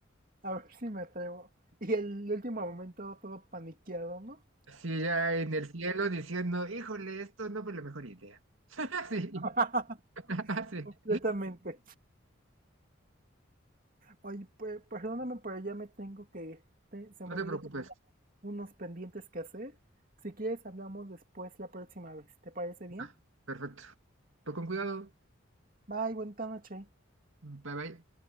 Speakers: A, on the right; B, on the right.
A: A ver si me atrevo. Y el último momento todo paniqueado, ¿no?
B: sí, ya en el cielo diciendo, híjole, esto no fue la mejor idea. <laughs> Sí,
A: <laughs>
B: <laughs> sí,
A: Completamente. Oye, per- perdóname, pero ya me tengo que ir. Te- se
B: no
A: me olvidó
B: te preocupes.
A: que tenía unos pendientes que hacer. Si quieres, hablamos después la próxima vez. ¿Te parece bien?
B: Ah, perfecto. Pues con cuidado.
A: Bye, buena noche.
B: Bye bye.